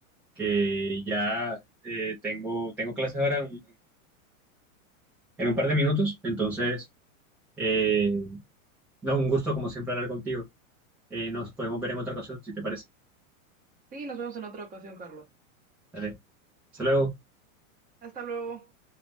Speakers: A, in the centre; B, on the right (about 20°).
A: que ya eh, tengo, tengo clases ahora en, en un par de minutos, entonces, eh, no, un gusto como siempre hablar contigo. Eh, nos podemos ver en otra ocasión, si te parece.
B: Sí, nos vemos en otra ocasión, Carlos.
A: Vale. Hasta luego.
B: Hasta luego.